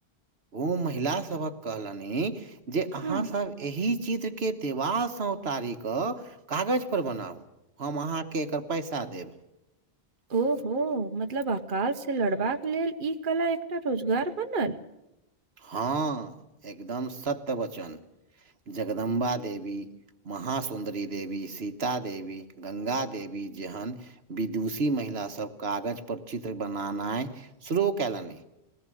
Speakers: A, on the right (about 70°); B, on the right (about 50°).
A: ओ महिला सभक कहलनि जे अहाँसब
B: हम्म
A: एहि चित्र। के देबासँ उतारी कऽ कागज पर बनाउ हम अहाँके एकर <unintelligible> देब।
B: ओ हो मतलब अकाल से लड़बाक लेल ई कला एकटा रोजगार बनल।
A: हँ एकदम सत्य बचन जगदम्बा देवी महा सुुन्दरी देवी सीता देवी गंगा देवी जहन विदुषी महिलास सब कागज पर चित्र बनेनाइ शुरू कयलनि